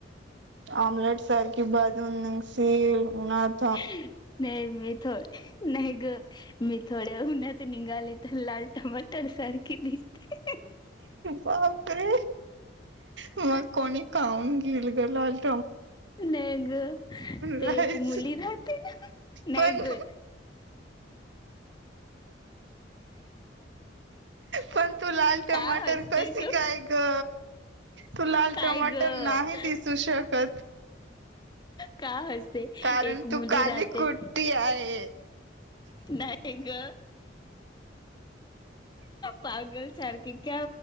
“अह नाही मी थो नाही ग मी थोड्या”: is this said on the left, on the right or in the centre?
Left